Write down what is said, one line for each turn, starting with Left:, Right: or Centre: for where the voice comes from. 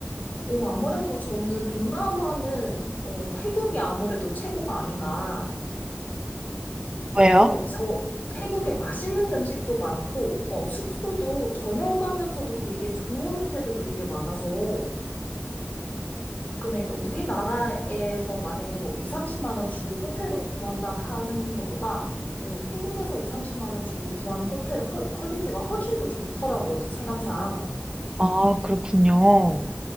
Left: 어, 아무래도 저는 동남아는, 어, 태국이 아무래도 최고가 아닌가.
Right: 왜요?
Left: 어, 저, 태국에 맛있는 음식도 많고, 어, 숙소도 저렴하면서도 되게 좋은 호텔들도 되게 많아서, 그러니까 우리나라에서 만약에 뭐 2, 30만 원 주고 호텔을 구한다 하는 것보다 어, 태국에서 2, 30만 원 주고 구하는 호텔의 퀄- 퀄리티가 훨씬 더 좋더라고요, 제 체감상.
Right: 아, 그렇군요.